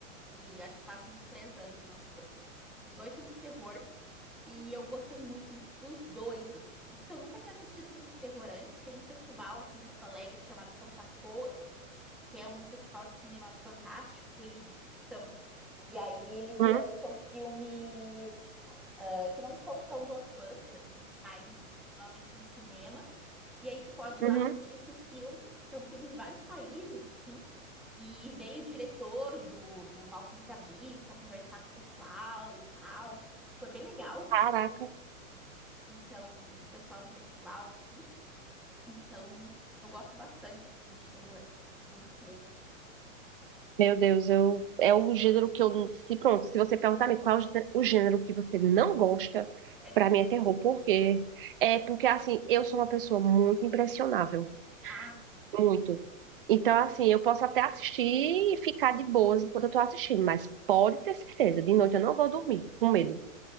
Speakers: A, in the centre; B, on the right.
A: que acho que faz uns três anos que lançou. Os dois são de terror, e eu gostei muito dos dois, assim. Isso que eu nunca tinha assistido filme de terror antes, e tem um festival aqui em Porto Alegre chamado Fantaspoa, que é um festival de cinema fantástico e de ficção. E aí eles
B: Hum,
A: lançam filmes uh, que não são tão blockbuster, assim, não saem normalmente no cinema. E aí tu pode
B: uhum.
A: ir lá assistir esses filmes, são filmes de vários países, assim. E veio o diretor do, do Mal que nos habita conversar com o pessoal e tal. Foi bem legal.
B: Caraca,
A: Então, o pessoal no festival, assim. Então, eu gosto bastante de filme de terror. Muito mesmo.
B: meu Deus, eu é o gênero que eu não- se pronto, se você perguntar-me qual é o gê- o gênero que você não gosta,
A: É de
B: pra
A: terror.
B: mim é terror, por quê? É porque assim, eu sou uma pessoa muito impressionável.
A: Ah, sim, sim.
B: Muito. Então, assim, eu posso até assistir e ficar de boas enquanto eu tô assistindo, mas pode ter certeza, de noite eu não vou dormir, com medo.